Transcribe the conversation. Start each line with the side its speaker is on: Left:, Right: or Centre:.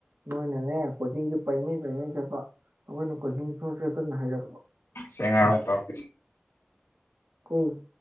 Right: ꯅꯣꯏꯅꯅꯦ ꯀꯣꯆꯤꯡꯁꯦ ꯄꯩꯃꯩ ꯄꯩꯃꯩ ꯆꯠꯄ ꯑꯩꯈꯣꯏꯅ ꯀꯣꯆꯤꯡ ꯁꯨꯛꯆꯠ ꯆꯠꯇꯅ ꯍꯩꯏꯔꯛꯄ
Left: ꯁꯦ ꯑꯩ ꯉꯥꯏꯍꯥꯛ ꯂꯩꯔ ꯇꯧꯔꯛꯀꯦꯁꯦ
Right: ꯀꯨꯜ <unintelligible>